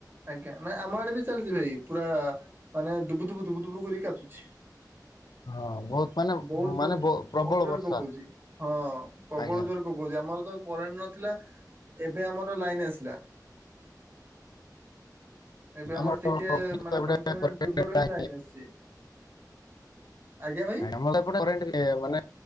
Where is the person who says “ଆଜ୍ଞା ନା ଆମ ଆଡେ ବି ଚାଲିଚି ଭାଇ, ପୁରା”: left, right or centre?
Right